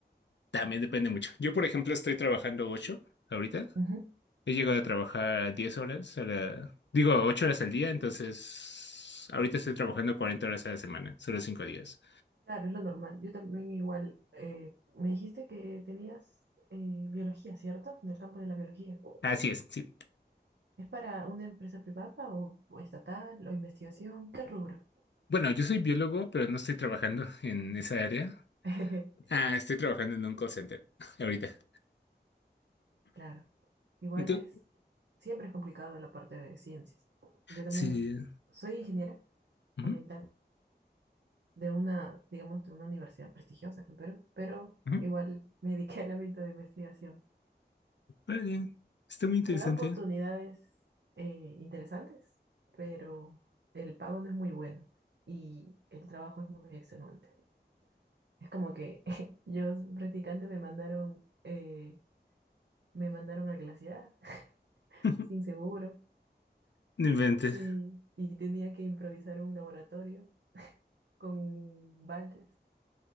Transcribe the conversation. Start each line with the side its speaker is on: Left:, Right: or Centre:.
Left: También depende mucho. Yo, por ejemplo, estoy trabajando ocho ahorita.
Right: Ujú.
Left: He llegado a trabajar 10 horas a la... Digo, ocho horas al día, entonces... Ahorita estoy trabajando 40 horas a la semana, solo cinco días.
Right: Claro, es lo normal. Yo también igual. eh, me dijiste que tenías eh, biología, ¿cierto? En el campo de la biología.
Left: Así es, sí.
Right: ¿Es para una empresa privada o, o estatal o investigación? ¿Qué rubro?
Left: Bueno, yo soy biólogo, pero no estoy trabajando en esa área.
Right: <laughs>
Left: Ah, estoy trabajando en un call center <laughs> ahorita.
Right: Claro. Igual
Left: ¿Y tú?
Right: es, siempre es complicado la parte de ciencias. Yo también
Left: Sí.
Right: soy ingeniera
Left: Ujú,
Right: ambiental de una, digamos, de una universidad prestigiosa aquí en Perú, pero
Left: ujú.
Right: igual me dediqué al ámbito de investigación.
Left: Órale, Está muy interesante.
Right: Te da oportunidades eh, interesantes, pero el pago no es muy bueno y el trabajo es muy extenuante. Es como que <laughs> yo, practicante, me mandaron, eh, me mandaron al glaciar <laughs>
Left: <laughs>
Right: sin seguro
Left: No inventes.
Right: y, y tenía que improvisar un laboratorio con baldes